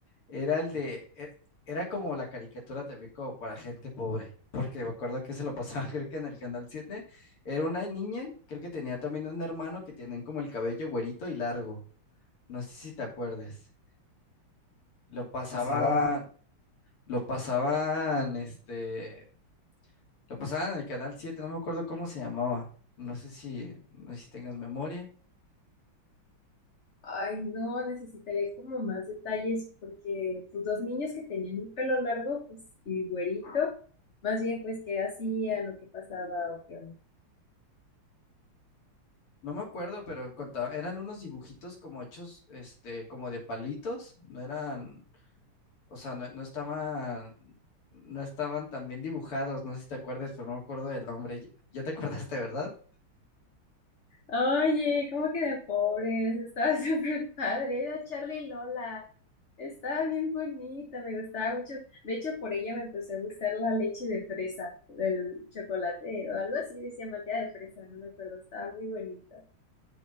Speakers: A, on the left (about 80°); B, on the left (about 35°).
A: era el de, e- era como la caricatura también como para gente pobre, porque me acuerdo que se lo pasaba <laughs> creo que en el Canal siete era una niña, creo que tenía también un hermano que tienen como el cabello güerito y largo, no sé si te acuerdes. Lo pasaban,
B: Pasaba
A: lo pasaban, este, lo pasaban en el canal siete no me acuerdo cómo se llamaba. No sé si, no sé si tengas memoria.
B: Ay, no, necesitaría como más detalles porque pues dos niños que tenían el pelo largo, pues y güerito, más bien pues qué hacían o qué pasaba o qué onda.
A: No me acuerdo, pero contaba- eran unos dibujitos como hechos, este, como de palitos. No eran, o sea, no, no estaban, no estaban tan bien dibujados. No sé si te acuerdas, pero no me acuerdo del nombre. Ya ya te <laughs> acordaste, ¿verdad?
B: Oye, ¿cómo que de pobres? Estaba <laughs> súper padre, era Charlie y Lola. Estaba bien bonita, me gustaba mucho. De hecho, por ella me empezó a gustar la leche de fresa, del chocolate o algo así, decía manteca de fresa, no me acuerdo, estaba muy bonito.